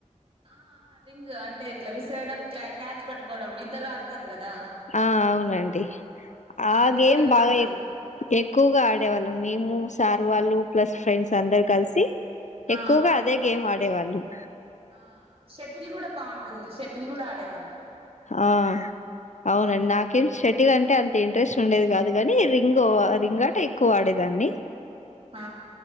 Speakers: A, on the right (about 45°); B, on the left (about 70°).
A: ఆ ఆ రింగు అంటే ఇట్లా విసిరడం క్యా క్యాచ్ పట్టుకోవడం ఇద్దరు ఆడతారు గదా
B: ఆ అవునండి ఆ
A: అది
B: గేమ్
A: కూడా
B: బాగా
A: బాగుంటుంది
B: ఎక్కు ఎక్కువగా ఆడేవాళ్ళం మేము స్ సార్ వాళ్ళు ప్లస్ ఫ్రెండ్స్ అందరూ కలిసి
A: ఆ
B: ఎక్కువగా అదే గేమ్ ఆడేవాళ్లుమ్
A: ఆ షటిల్ కూడా బాగుంటుంది షటిల్ కూడా ఆడేవాళ్లు
B: ఆ అవున నా కి షటిల్ అంటే అంత ఇంట్రెస్ట్ ఉండేది కాదు కానీ రింగు రింగ ఆట ఎక్కువ ఆడేదాన్ని
A: ఆ